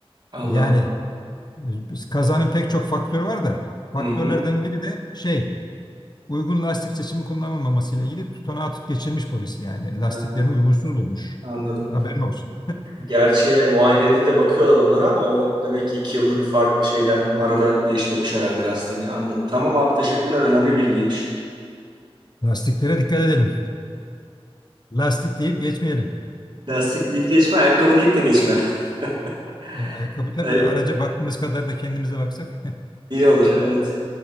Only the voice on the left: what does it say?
Yani
e, biz- kazanın pek çok faktörü var da faktörlerden
biri de şey uygun lastik seçimi kullanılmaması ile ilgili tutanağı tut- geçirmiş polisi yani lastiklerini
uygunsuz bulmuş.
Haberin olsun.
Lastiklere dikkat edelim. Lastik deyip geçmeyelim.
Ya, ayakkabı tabii
araca baktığımız kadar da kendimize baksak.